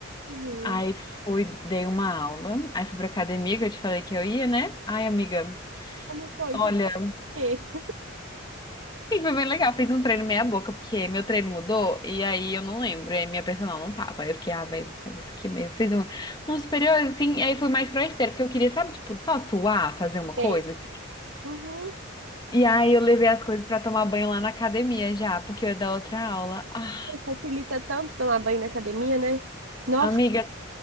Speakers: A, on the right; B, on the left.
A: Uhum.
B: aí fui, dei uma aula, aí fui pra academia, que eu te falei que eu ia, né? Ai, amiga,
A: Como foi?
B: olha,
A: Isso aqui?
B: sim, foi bem legal, fiz um treino meia boca, porque meu treino mudou, e aí eu não lembro, e aí minha personal não tava, aí eu fiquei, ah, velho, sabe isso aqui mesmo, fiz um, um superior, assim, e aí fui mais pra esteira, porque eu queria, sabe, tipo, só suar, fazer uma coisa,
A: Bem,
B: assim.
A: Uhum.
B: E aí eu levei as coisas pra tomar banho lá na academia já, porque eu ia dar outra aula. Ah,
A: Facilita tanto tomar banho na academia, né? Nossa.
B: amiga,